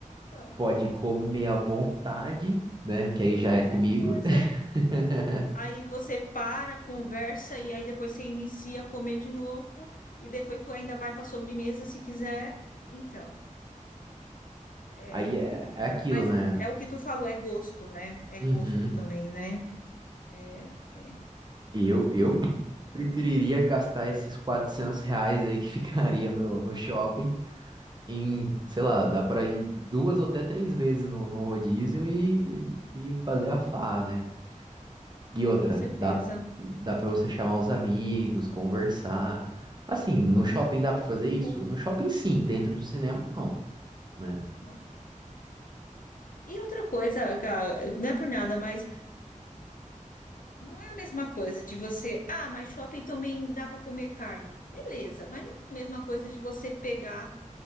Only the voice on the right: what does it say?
pode comer à vontade, né? Que aí já
é comigo.
<laughs>
Aí é, é aquilo,
né?
Uhum.
Eu, eu preferiria gastar esses 400 reais aí que <laughs> ficaria no, no shopping em, sei lá, dá pra ir duas ou até três vezes no, no rodízio e, e fazer a farra, né? E outra,
dá, dá pra você chamar os amigos, conversar. Assim, no
shopping
dá pra fazer isso?
No shopping sim, dentro do cinema não, né?